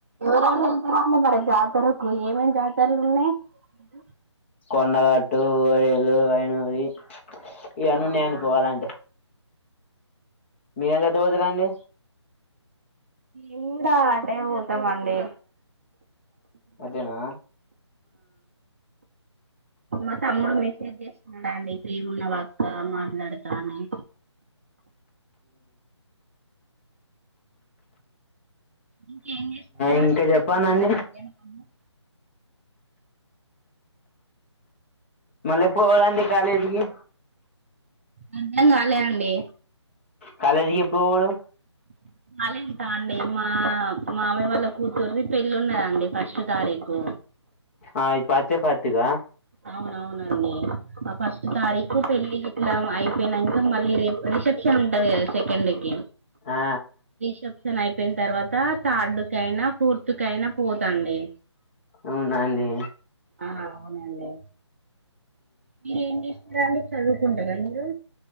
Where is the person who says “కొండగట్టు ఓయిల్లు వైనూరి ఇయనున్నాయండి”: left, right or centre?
Left